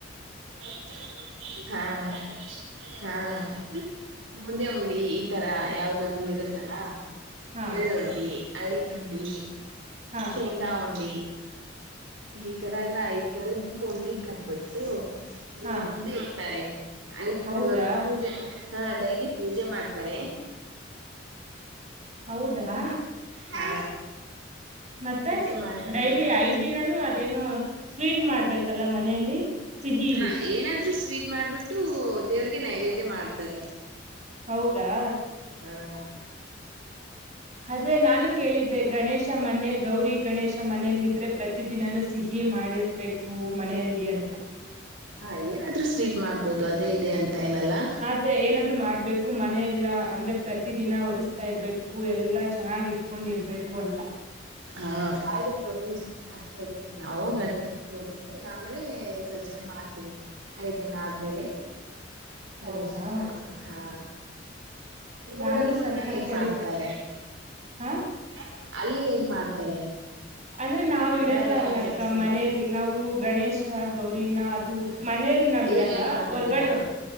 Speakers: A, on the right; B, on the right.
A: ಐದ್ ತರದ ಉಂಡಿ ಹಾ ಇಡ್ತೀರಾ ಗಣೇಶಂಗೆ ಹಾ ಮತ್ತೆ ಬೂಂದೇ ಉಂಡಿ ಈ ತರ ಯಾವ್ದಾದ್ರರು ಇರತ್ತಲ್ಲಾ
B: ಹಾ
A: ಎಳ್ಳುಂಡಿ ಅಳ್ಳಟ್ಟ ಉಂಡಿ
B: ಹಾ
A: ಶೇಂಗ ಉಂಡಿ ಈ ತರ ಎಲ್ಲಾ ಐತರದ್ದು ಉಂಡಿ ಕಟ್ಬಿಟ್ಟು ದೇವರ್
B: ಹಾ
A: ಮುಂದೆ ಇಡ್ತಾರೆ ಐದು ದಿನದವರೆಗೂ
B: ಹೌದಾ
A: ಪೂಜೆ ಹಾ ಡೈಲಿ ಪೂಜೆ ಮಾಡ್ತಾರೆ
B: ಹೌದಾ
A: ಹಾ
B: ಮತ್ತೆ
A: ಪೂಜೆ ಮಾಡ್ಬಿಟ್ಟು
B: ಡೈಲಿ ಐದು ಇದ ದಿನಾನೂ ಅದೇನು ಸ್ವೀಟ್ ಮಾಡ್ಬೇಕಲ್ಲ ಮನೆಯಲ್ಲಿ ಸಿಹಿ
A: ಹಾ ಏನಾದ್ರು ಸ್ವೀಟ್ ಮಾಡ್ಬಿಟ್ಟು ದೇವ್ರಿಗೆ ನೈವೇದ್ಯ ಮಾಡ್ತಾರೆ
B: ಹೌದಾ
A: <unintelligible>
B: ಅದೇ ನಾನು ಕೇಳಿದ್ದೆ ಗಣೇಶ ಮನೆ ಗೌರಿ ಗಣೇಶ ಮನೆಯಲ್ಲ ಇದ್ರೆ ಪ್ರತಿ ದಿನಾನೂ ಸಿಹಿ ಮಾಡಿರ್ಬೇಕು ಮನೆಯಲ್ಲಿ ಅಂತ
A: ಹಾ ಏನಾದ್ರು ಸ್ವೀಟ್ ಮಾಡ್ಬೋದು ಅದೇ ಇದೆ ಅಂತ ಏನಲ್ಲಾ
B: ಮತ್ತೆ ಏನಾದ್ರು ಮಾಡ್ಬೇಕು ಮನೆ ಎಲ್ಲಾ ಅಂದ್ರೆ ಪ್ರತಿ ದಿನ ಒರಸ್ತ ಇರ್ಬೇಕು ಎಲ್ಲಾ ಚೆನ್ನಾಗಿ ಇಟ್ಕೊಂಡಿರ್ಬೇಕು ಅಂತ
A: ಹಾ ಪಾಯಡ ಅಷ್ಟೇ ಇರ್ತೀವಿ ನಾವು ಗಣೇಶನ್ ಕೂರಿಸಿ ಆಮೇಲೆ ವಿಸರ್ಜನೆ ಮಾಡ್ತೀವಿ ಐದ್ ದಿನ ಆದ್ಮೇಲೆ <inaudible>
B: ಹೌದಾ
A: ಗಣೇಶನ್ ಕಲಸ ಹಾ ನಿಮ್ಮೂಊರಲ್ಲಿ
B: ನಾನು ಸ್ವಲ್ಪ
A: ಮತ್ತೆ ಹೆಂಗ ಹೆಂಗ
B: ಕೇಳಿದ್ದೆ
A: ಮಾಡ್ತಾರೆ ನನಗೆ ನಾಕ ಸಾವರ್ ರೂಪಾಯಿ ಕೇಳಿದ್ದೆ
B: ಹ
A: ಹು ಅಲ್ಲಿ ಹೇಗ್ ಮಾಡ್ತಾರೆ
B: ಅಂದ್ರೆ ನಾವ್
A: ಹಬ್ಬ
B: ಇಡಲ್ಲ
A: ಎಲ್ಲ
B: ಅಲ್ಲ
A: ಆಚರಿಸ
B: ಅಕ್ಕ ಮನೆಯಲ್ಲಿ ನಾವು ಗಣೇಶ ಗೌರಿನ ಅದು ಮನೆಯಲ್ಲಿ ನಾವ್ ಇಡಲ್ಲ
A: ಏರಿಯಾ ಗಣಪತಿನ
B: ಹೊರ್ಗಡೆ ಹೋಗ